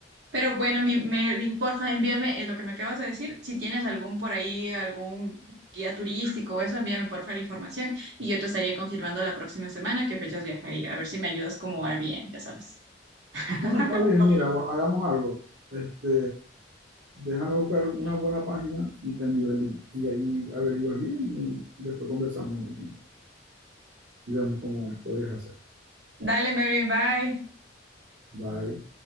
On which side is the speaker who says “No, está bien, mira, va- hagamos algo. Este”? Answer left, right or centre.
Right